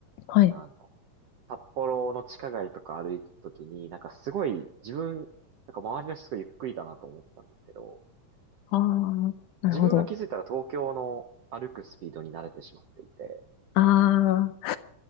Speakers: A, on the left; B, on the right.
A: はい。
B: あの、札幌の地下街とか歩いてた時に、なんかすごい、自分、なんか周りの人がゆっくりだなと思ってたんですけど、な
A: ああ、
B: んか
A: なるほど。
B: 自分が気づいたら東京の歩くスピードに慣れてしまっていて、
A: ああ、